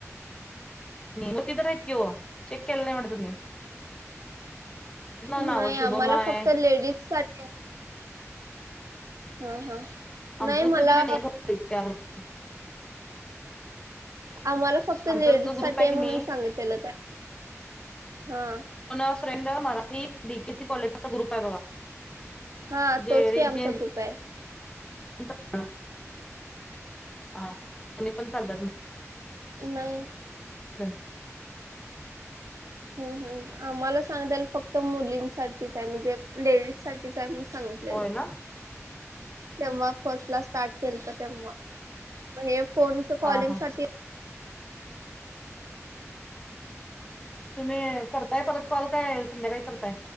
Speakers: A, on the left; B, on the right.
A: म तररय <unintelligible> किव चेक केला नाहीत वाट-
B: नाही
A: नावं शुभम
B: आम्हाला
A: आहे
B: फक्त लेडीजसाठी. हा हा,
A: आम
B: नाही
A: तू
B: मला
A: ते तुम्ही नाही <inaudible>
B: आम्हाला फक्त
A: आमचा
B: लेडीज
A: जो ग्रुप
B: साठी आहे
A: की नाही
B: म्हणून सांगितलेलं त्याने हा.
A: फोन फ्रेंड मराठी डीकेसी कॉलेजचा ग्रुप आहे बघा,
B: हा
A: लेडीज
B: तोच की आमचा ग्रुप आहे.
A: <unintelligible>
B: नाही.
A: <inaudible>
B: हूं हूं आम्हाला सांग दल फक्त मुलींसाठीच आहे म्हणजे लेडीजसाठी. टीच आहे म्हणून सांगितलेलं
A: होय ना
B: तेव्हा फर्स्ट ला स्टाट केलता तेव्हा मं हे फोन चं
A: हा
B: कॉलिंग
A: हा
B: साठी
A: तुम्ही करताय परत कॉल काय संध्याकाळी करताय?